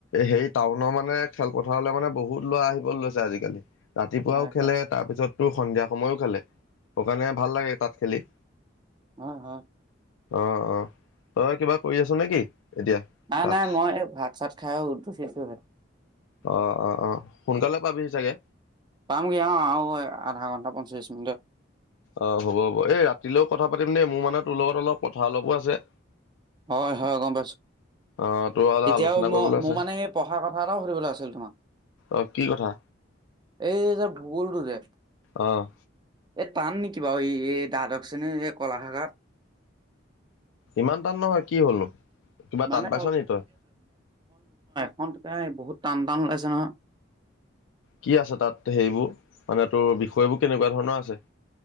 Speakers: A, on the left; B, on the right.
A: হে টাউনৰ মানে খেলপথাৰ লে মানে বহুত ল'ৰা আহিব লৈছে আজিকালি ৰাতিপুৱাও
B: হয়,
A: খেলে
B: হয়,
A: তাৰপিছততো সন্ধিয়া সময়ো খেলে সেইকাৰণে ভাল লাগে তাত খেলি
B: হয়, হয়,
A: অ অ তই কিবা কৰি আছ নেকি এতিয়া
B: নাই
A: তাত
B: নাই মই ভাত চাত খাই উদ্ধো সেইটোহে
A: অ অ অ সোনকালে পাবিহি চাগে
B: পামগৈ অ আৰু আধা ঘন্টা পঞ্চলিশ মিনিটত
A: অ হ'ব হ'ব এই ৰাতিলৈও কথা পাতিম দেই মোৰ মানে তোৰ লগত অলপ কথা অলপো আছে
B: হয় হয় গম পাইছো
A: অ', তোৰ অলপ
B: এতিয়াও
A: আলোচনা কৰিবলৈ
B: ম
A: আছে।
B: মোৰ মানে সেই পঢ়া কথা এটাও সুধিবলৈ আছিল ম
A: অ কি কথা
B: এই যে ভূগোলটো যে
A: অ',
B: এ টান নেকি বাৰু এই এই দ্বাদশ শ্ৰেণীৰ এই কলা শাখাত
A: ইমান টান নহয় কি হলো কিবা
B: মানে
A: টান পাইছ নি তই
B: ত বহুত টান টান ওলাইছে নহয়
A: কি আছে তাত সেইবোৰ মানে তোৰ বিষয়বোৰ কেনেকুৱা ধৰণৰ আছে